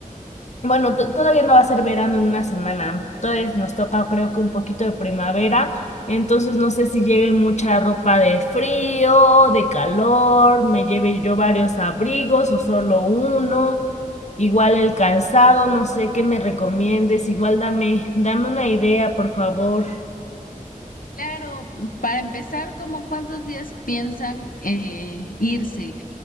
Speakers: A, on the left; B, on the left.
A: Bueno, to- todavía no va a ser verano en una semana. Todavía nos toca, creo que un poquito de primavera. Entonces no sé si lleve mucha ropa de frío, de calor, me lleve yo varios abrigos o solo uno. Igual el calzado, no sé qué me recomiendes. Igual dame, dame una idea, por favor.
B: Claro, para empezar, ¿como cuántos días piensan eh, irse?